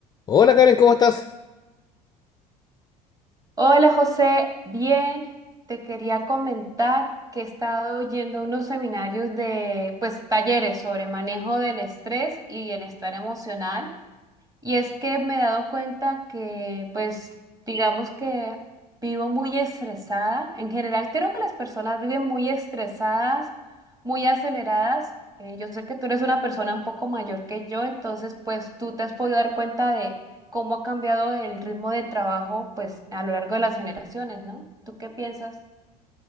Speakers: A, on the left; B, on the right.
A: Hola Karen, ¿cómo estás?
B: Hola José, bien, te quería comentar que he estado yendo a unos seminarios de, pues, talleres sobre manejo del estrés y bienestar emocional. Y es que me he dado cuenta que, pues, digamos que vivo muy estresada. En general, creo que las personas viven muy estresadas, muy aceleradas. Eh, yo sé que tú eres una persona un poco mayor que yo, entonces, pues, tú te has podido dar cuenta de cómo ha cambiado el ritmo de trabajo, pues, a lo largo de las generaciones, ¿no? ¿Tú qué piensas?